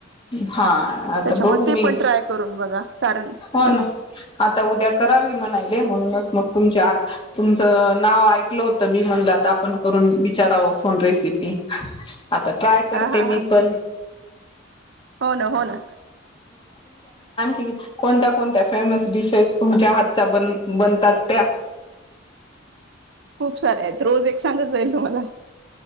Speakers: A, on the left; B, on the right.
A: हा आता
B: त्याच्यामुळे
A: बघू
B: ते
A: मी
B: पण ट्राय करून बघा कारण
A: हो
B: ह
A: ना आता उद्या करावी म्हणायले म्हणूनच मग तुमच्या तुमचं नाव ऐकलं होतं मी म्हणला तर आपण करून विचारावं फोन रेसिपी आता ट्राय करते
B: हा हा हा
A: मी पण
B: ह हो ना हो ना
A: क कोणत्या कोणत्या फेमस डिशेस तुमच्या हातच्या ब बनतात त्या
B: खूप सारे आहेत रोज एक सांगत जाईल तुम्हाला